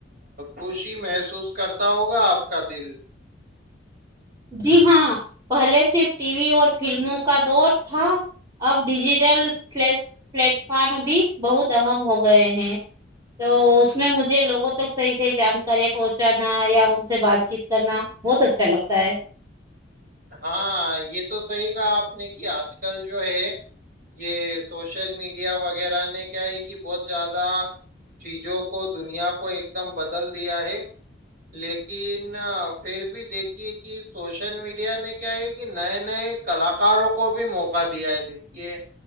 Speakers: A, on the right; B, on the right.
A: خوشی محسوس کرتا ہوگا آپ کا دل
B: جی ہاں پہلے صرف ٹی وی اور فلموں کا دور تھا اب ڈیجیٹل پ پلیٹ فارم بھی بہت اہم ہو گئے ہیں تو اس میں مجھے لوگوں تک صحیح صحیح جانکاریاں پہنچانا یا ان سے بات چیت کرنا بہت اچھا لگتا سائے <unintelligible>
A: ہاں یہ تو صحیح کا آپ نہیں کہ آج کل جو ہے یہ سوشل میڈیا ویرہ ران نے کیا ہے کہ بہت زیادہ چیزوں کو دنیا پر کو ایک دم بدل دیا ہے لیکن پھر بھی دیکھیے کہ سوشل میڈیا نے کیا ہے کہ نائن نے کلاکاروں کو بھی موقع دیا ہے دیکھیے